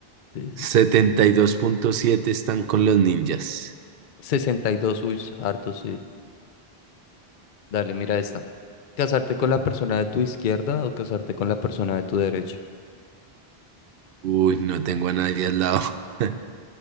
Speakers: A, on the left (about 55°); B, on the right (about 65°).
A: sí, sí.
B: setenta y dos punto siete están con los ninjas.
A: sesenta y dos uy, harto, sí. Dale, mira esta. ¿Casarte con la persona de tu izquierda o casarte con la persona de tu derecha?
B: Uy, no tengo a nadie al lado. <laughs>